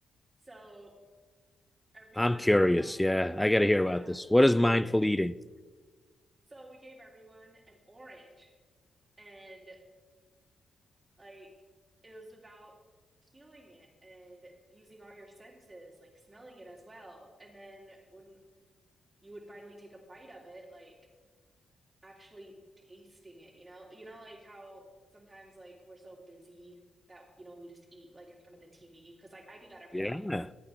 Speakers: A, on the right; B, in the centre.
A: So everyone
B: I'm curious.
A: got an
B: Yeah, I got to hear
A: yeah.
B: about this. What is mindful
A: <laughs>
B: eating?
A: so we gave everyone an orange and like it was about feeling it and using all your senses, like smelling it as well. And then when you would finally take a bite of it, like actually tasting it, you know? You know, like how sometimes like we're so busy that, you know, we just eat like in front of the TV because like I do that every
B: Yeah,
A: day.
B: that's